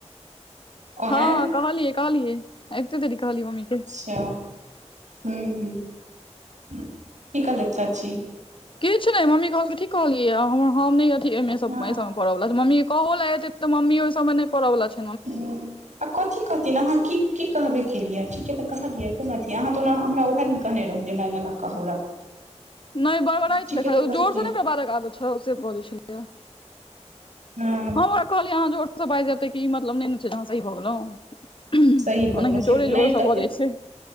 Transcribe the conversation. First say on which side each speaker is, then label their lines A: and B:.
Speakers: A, on the right; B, on the left.
A: ओहे
B: हँ हँ कहलियै कहलियए अबिते देरी कहलियै मम्मी के
A: अच्छा हं हं की कहलैथ चाची?
B: किछु नहि मम्मी कहलकै ठीक कहलियै हम हम नहि अथि अय मे सब
A: हँ
B: अय सब <unintelligible> मम्मी कहो लै एतै तऽ मम्मी ओहि सबमे नय पड़वला छै
A: हूं आ कथी कहथिन अहाँ की की कहबे केलियै ठीके तऽ कहलियै कोन अथी अहाँ तऽ ओना हमरा उएह दिन कहने रहौ जे हमरा एना एना कहलक
B: <inaudible> नहि बड़बड़ाय
A: ठीके
B: छलै खाली
A: तऽ कहलियै
B: जोर से ने कियो बाजैत आबय छौ से बजै छलैये
A: हँ
B: ह हम ओकरा कहलियै अहाँ जोरसँ बाजि लेब तैके ई मतलब नहि ने छै जे अहाॅं सही भऽ गेलहुँ <unintelligible>
A: सही भऽ
B: ओनाहु चोरो जे
A: नहि
B: जोर सऽ
A: कते
B: बजै छै